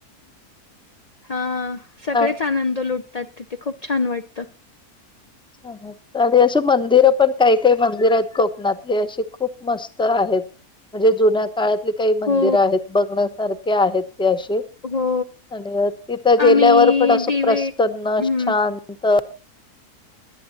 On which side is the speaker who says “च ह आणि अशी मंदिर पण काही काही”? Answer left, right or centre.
Centre